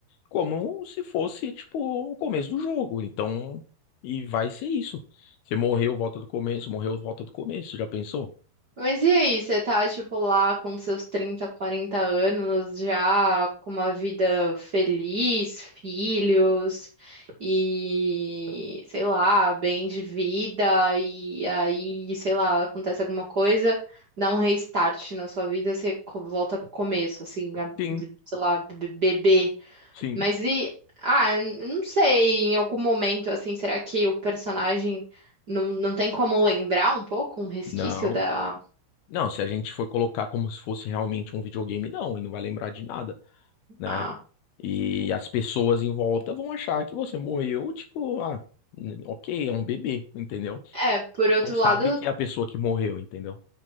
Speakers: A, on the left; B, on the right.
A: como se fosse, tipo, o começo do jogo. Então, e vai ser isso. Você morreu, volta do começo, morreu, volta do começo. Já pensou?
B: Mas e aí, você tá, tipo, lá com seus 30, 40 anos, já com uma vida feliz, filhos e, sei lá, bem de vida, e aí, sei lá, acontece alguma coisa, dá um restart na sua vida, você co- volta pro começo, assim, a
A: Sim,
B: vi- sei lá, be- bebê.
A: sim.
B: Mas e, ah, eu não sei, em algum momento, assim, será que o personagem não, não tem como lembrar um pouco, um resquício
A: Não.
B: da.
A: Não, se a gente for colocar como se fosse realmente um videogame, não, e não vai lembrar de nada. né?
B: Ah.
A: E as pessoas em volta vão achar que você morreu, tipo, ah, n- ok, é um bebê, entendeu?
B: É, por
A: Mas
B: outro
A: não sabe
B: lado,
A: que é a pessoa que morreu, entendeu?